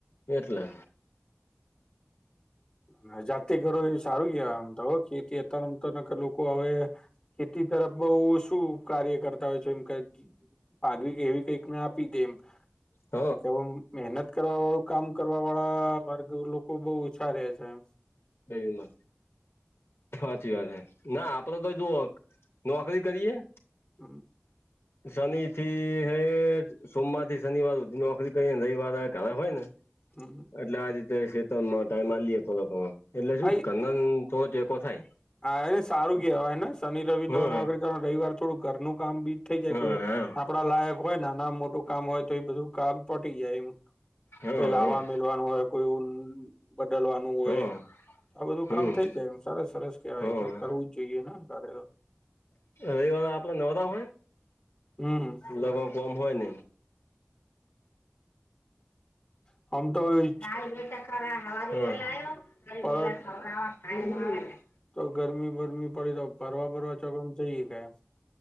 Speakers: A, on the left; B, on the left.
A: એટલે
B: ને જાતે કરો એ સારું કેવાય આમ તો, ખેતી એ કામ કરને કરલું. કો હવે ખેતી તરફ બહું શું કાર્ય કરતા હોય છે એમકે ગી પાગવી કે એવી કંઈક ના આપી દે એમ
A: હ
B: કારણકે આમ મહેનત કરવા વાળું કામ કરવા વાળા વર્ગ લોકો બહું ઓછા રહે. જેમ
A: ડેરીમા, હાચી વાત હે. ના આપડે તો જોવો, નોકરી કરીયે.
B: હમ્મ
A: શનીથી હેઠ સોમવાર થી શનિવાર હુંધી નોકરી કરીયે, ને રવિવાર ધારે હોય ને.
B: હમ
A: એટલે આ રીતે શેતનમાં ટાઈમ આલિએ થોડોક ઘણો, એટલે શું
B: આઈ
A: ધરનો હુ થોડો તેકો થાય.
B: હા એને સારું કેવાયને, શનિ રવિ તમે
A: હમ
B: નોકરી કરો રવિવાર થોડું ઘરનું કામ બી. થઈ જાય
A: હમ
B: કો,
A: હમ
B: આપડા લાયક હોય ને નાના મોટું કામ હોય તો એ બધું કામ પટી જાય એમ.
A: હમ
B: કોઈ લાવા મીલવાનું હોય, કોઈ બદલવાનું હોય.
A: હમ
B: આ બધું
A: હમ
B: કામ થઈ જાય, એમ સરસ સરસ કેહેવાય
A: હમ
B: તો કરવું જ જોઈએ ને ઘરે ઓ.
A: રવિવાર આપડે નવરા હોય.
B: હમ્મ
A: લવો કોમ હોય ન.
B: હમ તોઈ
A: <unintelligible>
B: પડત તો ગરમી બરમી પડી તો, ફરવા ભરવા ચોક આમ જઈએ કાયે.